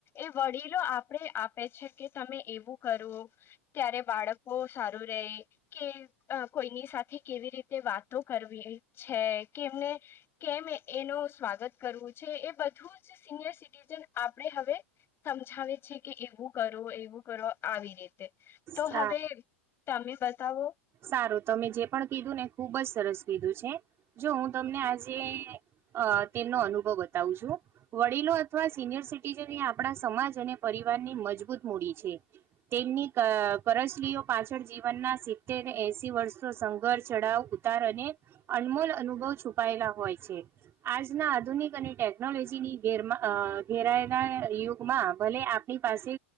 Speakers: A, on the left (about 35°); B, on the right (about 35°).
A: એ વડીલો આપડે આપે છે કે તમે એવું કરો ત્યારે બાળકો સારું રેય કે કોઈની સાથે કેવી રીતે વાતો કરવી છે કેમને. કેમ એનું સ્વાગત કરવું છે એ બધું જ સિનિયર સિટીજન આપણે હવે. સમજાવે છે કે એવું કરો એવું કરો આવી રીતે તો
B: સા
A: હવે. તમે બતાવો.
B: સારું તમે જે પણ કીધું ને ખુબ જ સરસ કીધું છે જો હું તમને આજે. અ તેમનો અનુભવ બતાવું છું વડીલો અથવા સિનયર સિટીઝન એ આપણા સમાજ અને વારની મજબૂત મૂડી છે તેમની કરસલીઓ પાછળ જીવનના સીત્તેર એસી વર્ષો સંઘર્ ચઢાવ ઉતાર અને અનમોલ અનુભવ છુપાયેલા હોય છે. આજના આધુનિક અને ટેકનોલોજીની ઘેરમાં ઘેરાયેલા યુગમાં ભલે. આપણી પાસે